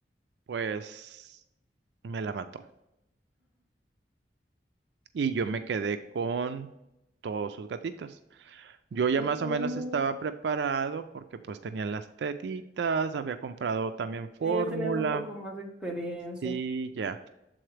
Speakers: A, on the right; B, in the centre.
A: pues me la mató y yo me quedé con todos sus gatitos. Yo ya
B: Ok.
A: más o menos estaba preparado porque pues tenía las tetitas, había comprado también fórmula
B: Sí, ya tenías un poco más de experiencia.
A: y ya.